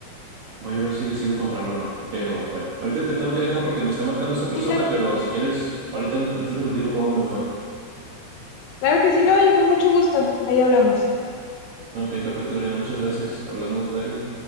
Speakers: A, on the right; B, on the left.
A: Voy a ver si decido comprarlo o no. Pero bueno, ahorita te tengo que dejar porque me está marcando esta persona,
B: Sí, claro.
A: pero si quieres, ahorita, ahorita te platico cómo me fue.
B: Claro que sí, no, yo con mucho gusto. Ahí hablamos.
A: Ok, perfecto, Karina. Muchas gracias. Hablamos, bye.